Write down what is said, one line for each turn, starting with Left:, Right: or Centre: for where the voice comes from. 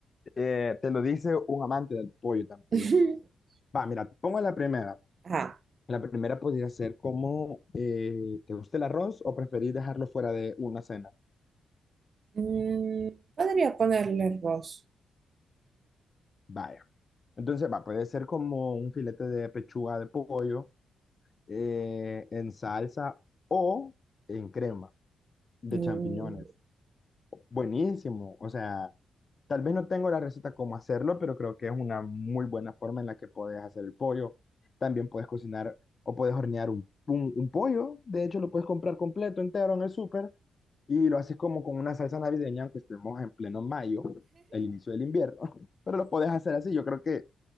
Left: Eh, te lo dice un amante del pollo también.
Right: <laughs>
Left: Va, mira, te pongo la primera.
Right: Ajá.
Left: La primera podría ser como, eh, ¿te gusta el arroz o preferís dejarlo fuera de una cena?
Right: Mm, podría ponerle arroz.
Left: Vaya. Entonces, va, puede ser como un filete de pechuga de pollo eh, en salsa o en crema de
Right: Mm,
Left: champiñones. Buenísimo. O sea, tal vez no tengo la receta cómo hacerlo, pero creo que es una muy buena forma en la que puedes hacer el pollo. También puedes cocinar o puedes hornear un, un, un pollo. De hecho, lo puedes comprar completo, entero en el súper y lo haces como con una salsa navideña, aunque estemos en pleno mayo, el inicio del invierno, <laughs> pero lo puedes hacer así. Yo creo que